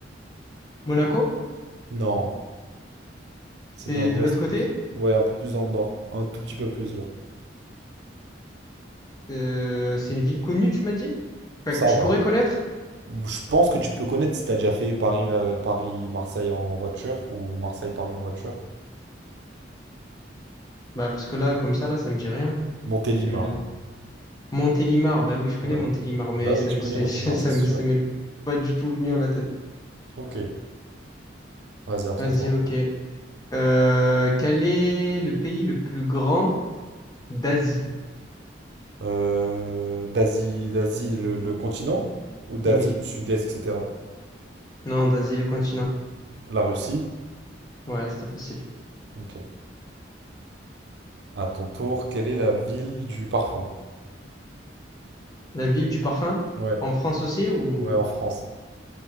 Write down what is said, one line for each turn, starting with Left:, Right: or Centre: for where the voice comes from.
Left: Monaco?
Right: Non, c'est
Left: C'est
Right: dans l'ouest
Left: de l'autre côté?
Right: plus. Ouais, un peu plus dans le nord, un tout petit peu plus, genre.
Left: Euh, c'est une ville connue, tu m'as dit? Enfin,
Right: Ça
Left: que je
Right: va.
Left: pourrais connaître?
Right: Je pense que tu peux connaître si t'as déjà fait Paris, euh, Paris-Marseille en voiture ou Marseille-Paris en voiture.
Left: Bah, parce que là, comme ça, là, ça me dit rien.
Right: Montélimar.
Left: Je dis- Montélimar, bah oui, je connais
Right: Ouais.
Left: Montélimar, mais
Right: Bah oui,
Left: ça
Right: tu
Left: me,
Right: connais
Left: c'est-
Right: Montélimar,
Left: <laughs> ça
Right: c'est sûr.
Left: me- ça m'est pas du tout venu à la tête.
Right: Ok, vas-y, à ton
Left: Vas-y,
Right: tour.
Left: ok. Euh, quel est le pays le plus grand d'Asie?
Right: Euh, d'Asie, d'Asie, le, le continent ou d'Asie
Left: Oui,
Right: du Sud-Est, etc.
Left: non, d'Asie, le continent.
Right: La Russie.
Left: Ouais, c'était facile.
Right: Ok. À ton tour, quelle est la ville du parfum?
Left: La ville du parfum?
Right: Ouais.
Left: En France aussi ou
Right: Ouais, en France.